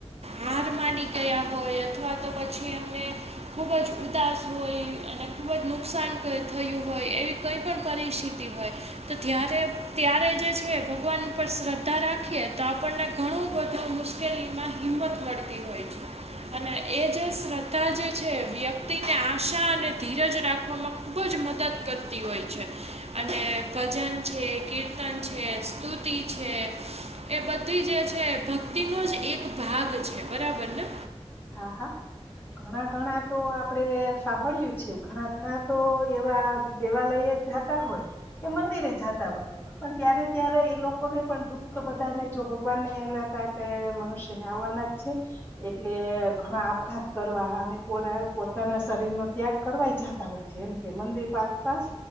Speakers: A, on the right; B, on the left.
A: હાર માની ગયા હોય અથવા તો પછી એમને ખૂબ જ ઉદાસ હોય અને ખૂબ જ નુકસાન થયું હોય. એવી કંઈ પણ પરિસ્થિતિ હોય તો ત્યારે ત્યારે જે છે ભગવાન ઉપર શ્રદ્ધા રાખ- - રાખીએ, તો આપણને ઘણું બધું મુશ્કેલીમાં હિંમત મળતી હોય છે. અને- - એ જે શ્રદ્ધા જે છે વ્યક્તિને આશા અને ધીરજ રાખવામાં ખૂબ જ મદદ- - કરતી હોય છે અને ભજન છે કીર્તન છે સ્તુતિ છે. એ બધી જે છે ભક્તિનોો જ એક ભાગ છે બરાબર ને?
B: હા હા. ઘણા ઘણા તો આપડે સાંભળય્યું છે ઘણા ઘણા તો એવા દેવાલય તા હોય કે મંદિરે જતા હોય પણ ત્યારે ત્યારે એ લોકોને પણ દુઃખ તો બધાને જો ભગવાન ને આવ્યા હતા, એટલે મનુષ્યને આવવાના જ છે, એટ એટલે ઘણા આપઘાત કરવા અને પોરા પોતાના શરીરનો ત્યાગ કરવા જતા હોય છે, એમ મંદિર પાસ પાસ